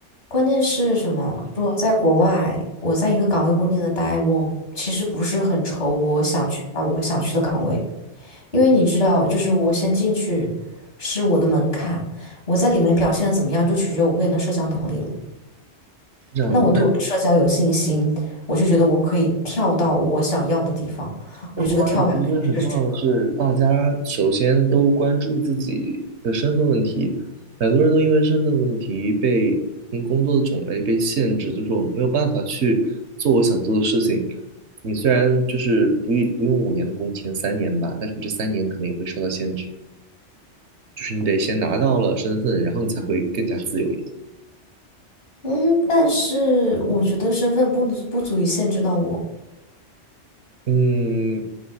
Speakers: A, on the left; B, on the right.
A: 关键是什么？如果在国外，我在一个岗位固定的待，我其实不是很愁我想去把我想去的岗位，因为你知道，就是我先进去是我的门槛，我在里面表现的怎么样，就取决于我个人的社交能力了。
B: 这样子。
A: 那我对我的社交有信心，我就觉得我可以跳到我想要的地方。我觉得这个跳板肯定是值得的。
B: 在国外，其实很重要的是，大家首先都关注自己的身份问题。很多人都因为身份问题被嗯工作的种类被限制，就是我没有办法去做我想做的事情。你虽然就是不用不用五年的工签，三年吧，但是你这三年可能也会受到限制，就是你得先拿到了身份，然后你才会更加自由一点。
A: 嗯，但是我觉得身份不能不足以限制到我。
B: 嗯，